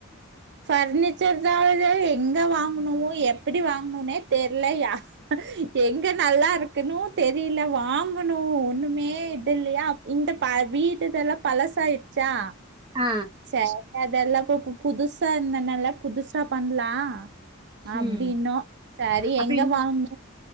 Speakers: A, on the right; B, on the right.
A: ஃபர்னிச்சர் தாங்க எங்க வாங்குணுவோ எப்டி வாங்ணுனே தெர்லா யா எங்க நல்லாருக்கணு தெரில வாங்கணு ஒண்ணுமே இதுல்லயா இந்த பா வீடுதெல்லா பழசாயிட்ச்சா
B: ஆ
A: சேரி அதெல்லா பூப் போ புதுசா இந்த நால புதுசா பண்லா அப்டின்னோ
B: ம்
A: செரி
B: அப்ப
A: எங்க வாங்க